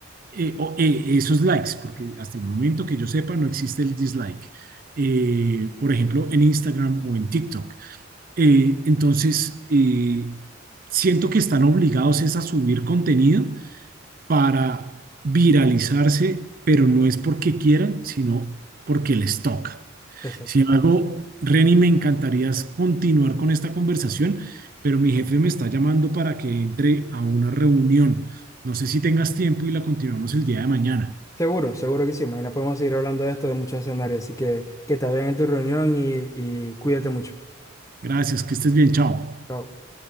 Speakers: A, on the right; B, on the left.
A: Eh, o, eh, esos likes, porque hasta el momento que yo sepa no existe el dislike eh, por ejemplo, en Instagram o en TikTok. Eh, entonces, eh, siento que están obligados es a subir contenido para viralizarse, pero no es porque quieran, sino porque les toca.
B: Exacto.
A: Sin embargo, Reni, me encantaría continuar con esta conversación, pero mi jefe me está llamando para que entre a una reunión. No sé si tengas tiempo y la continuamos el día de mañana.
B: Seguro, seguro que sí. Mañana podemos seguir hablando de esto de muchos escenarios. Así que que te vean en tu reunión y, y cuídate mucho.
A: Gracias, que estés bien, chao.
B: Chao.